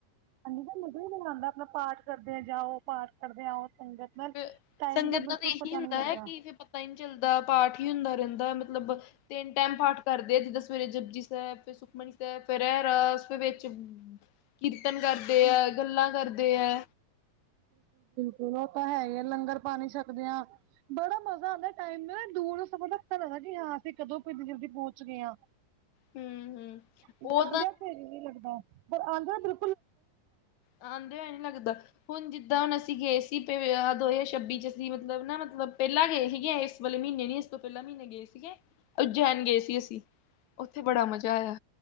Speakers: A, on the right; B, on the left.
A: ਹਾਂਜੀ, ਤਾ ਹੀ ਮਜ਼ਾਂ ਈ ਬੜਾ ਆਂਦਾ, ਆਪਣਾ ਪਾਠ ਕਰਦੇ ਆ ਜਾਓ, ਪਾਠ ਕਰਦੇ ਆਓ। ਸੰਗਤ ਨਾਲ
B: ਫੇ
A: ਟਾਈਮ
B: ਸੰਗਤ
A: ਬਿਲਕੁਲ
B: ਦਾ ਤੇ ਇਹੀ
A: ਪਤਾ
B: ਹੁੰਦਾ
A: ਨਹੀਂ ਲੱਗਦਾ
B: ਐ ਕਿ ਫਿਰ ਪਤਾ ਈ ਨਈ ਚੱਲਦਾ ਪਾਠ ਈ ਹੁੰਦਾ ਰੇਂਦਾਏ ਮਤਲਬ, ਤਿੰਨ ਟੇਮ ਪਾਠ ਕਰਦੇ ਆ ਜਿੱਦਾ ਸ ਸਵੇਰੇ ਜਪਜੀ ਸਾਹਿਬ ਫੇਰ ਸੁਖਮਨੀ ਸਾਹਿਬ ਫੇਰ ਰਹਿਰਾਸ ਫੇਰ ਵਿੱਚ ਕੀਰਤਨ ਕਰਦੇ ਐ, ਗੱਲਾਂ ਕਰਦੇ ਐ।
A: ਓ ਤਾਂ ਹੈ ਈ ਐ ਲੰਗਰ ਪਾਨੀ ਛਕਦੇਆ, ਬੜਾ ਮਜ਼ਾ ਆਂਦਾ ਟੇਮ ਨਾ ਦੂਰ ਸਗੋਂ ਪਤਾ ਲੱਗਦਾਏ। <unintelligible> ਹਾਂ ਅਸੀਂ ਕਦੋਂ ਕੋਈ ਇਨੀ ਜਲਦੀ ਪਹੁੰਚ ਗਏ ਆਂ।
B: ਹੂੰ-ਹੂੰ ਉਹ
A: ਜਾਂਦੇਆਂ ਤੇਰੀ ਨੀ ਲੱਗਦਾ, ਪਰ ਆਉਂਦੇਆਂ ਬਿ।
B: ਆਂਨਦਿਆਂ ਈ ਨੀ ਲੱਗਦਾ। ਹੁਣ ਜਿੱਦਾਂ ਹੁਣ ਅਸੀਂ ਗਏ ਸੀ ਦੋ ਹਜ਼ਾਰ ਛੱਬੀ 'ਚ ਅਸੀਂ ਮਤਲਬ ਨਾ ਮਤਲਬ ਪਹਿਲਾਂ ਗਏ ਸੀਗੇ। ਇਸ ਵੇਲੇ ਮਹੀਨੇ ਇਸ ਤੋਂ ਪਹਿਲਾਂ ਮਹੀਨੇ ਗਏ ਸੀ। ਠੀਕ ਹੈ ਉਜੈਨ ਗਏ ਸੀ ਅਸੀਂ ਉੱਥੇ ਬੜਾ ਮਜ਼ਾ ਆਇਆ।